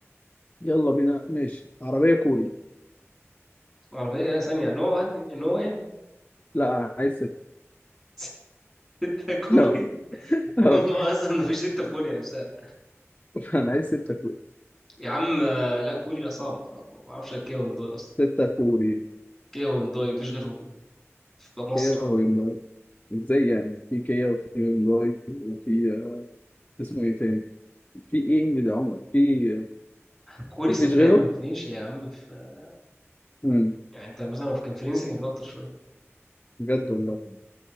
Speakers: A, on the left; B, in the centre.
A: يلا بينا ماشي عربية كوري
B: اعرف ايه ثانيه يعني هو واحد يعني هو واحد
A: لا عايز ستة
B: <laughs> ستة كوري
A: <laughs> لا لا،
B: هم اصلا مفيش ستة في كوريا نفسها
A: انا عايز ستة كوري
B: يا عم آه، لا كوريا صعب صعب ما بعرفش كيف هندوي اصلا
A: ستة كوري
B: كيف هندوي مفيش غيرهم في مصر
A: كده هو ازاي يعني في كيا وفي هيونداي وفي آه، اسمه ايه تاني في ايه ده يا عمر في آه،
B: كوري
A: مفيش
B: صدقني
A: غيره
B: ما فيش يا عم في...
A: امم
B: يعني انت مثلا لو كان فرنسي كان في اكتر شويه
A: بجد والله